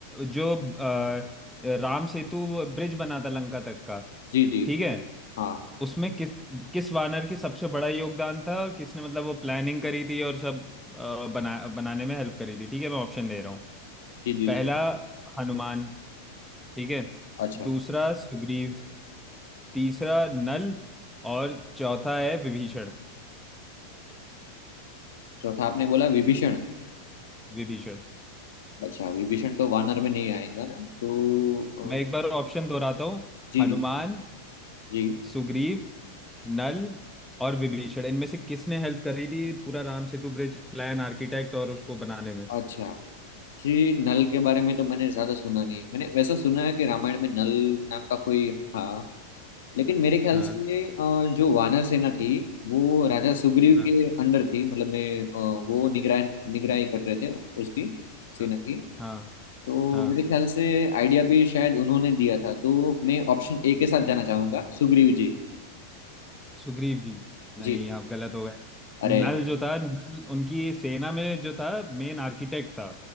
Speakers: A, in the centre; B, on the left (about 60°).
A: जो अ, राम सेतु ब्रिज बना था लंका तक का
B: जी जी,
A: ठीक है
B: हाँ
A: उसमें किस किस वानर की सबसे बड़ा योगदान था और किसने मतलब वो प्लानिंग करी थी और सब अ, बना बनाने में हेल्प करी थी ठीक है मैं ऑप्शन दे रहा हूँ
B: जी जी
A: पहला
B: जी
A: हनुमान ठीक है
B: अच्छा
A: दूसरा सुग्रीव तीसरा नल और चौथा है विभीषण
B: चौथा आपने बोला विभीषण
A: विभीषण
B: अच्छा विभीषण तो वानर में नहीं आएगा ना तो
A: मैं एक
B: अ,
A: बार ऑप्शन दोहराता हूँ
B: जी
A: हनुमान
B: जी जी
A: सुग्रीव नल और विभीषण इनमें से किसने हेल्प करी थी पूरा Ram Setu bridge plan architect और उसको बनाने में
B: अच्छा जी नल के बारे में तो मैंने ज्यादा सुना नहीं है। मैंने वैसा सुना है कि रामायण में नल नाम का कोई था लेकिन मेरे ख्याल
A: हाँ
B: से अ, जो वानर सेना थी वो राजा सुग्रीव
A: हाँ
B: के अंडर थी मतलब मैं अ, वो निगरान निगरानी कर रहे थे उसकी सेना
A: हाँ
B: की
A: हाँ
B: तो
A: हाँ
B: मेरे ख्याल से आइडिया भी शायद उन्होंने दिया था तो मैं ऑप्शन ए के साथ जाना चाहूंगा सुग्रीव जी
A: सुग्रीव जी नहीं
B: जी
A: आप गलत हो गए
B: अरे
A: नल जो था नल उनकी सेना में जो था मेन आर्किटेक्ट था